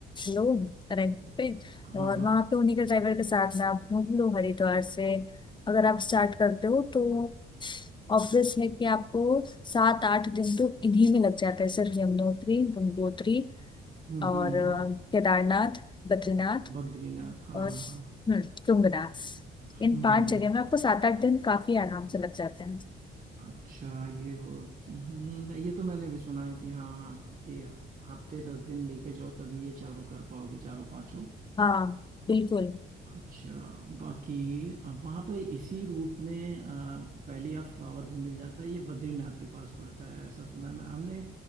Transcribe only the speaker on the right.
हाँ
हाँ
हम्म
हम्म,
हम्म। बद्रीनाथ हाँ
हाँ
हम्म
अच्छा ये हो हम्म ये तो मैंने भी सुना है कि हाँ आपके हफ्ते दस दिन लेके जाओ तभी ये चारों कर पाओगे चारों पांचों
अच्छा बाकी वहां पे इसी रूट में अ, वैली ऑफ फ्लावर भी मिल जाता है ये बद्रीनाथ के पास पड़ता है ऐसा सुना है मैं हमने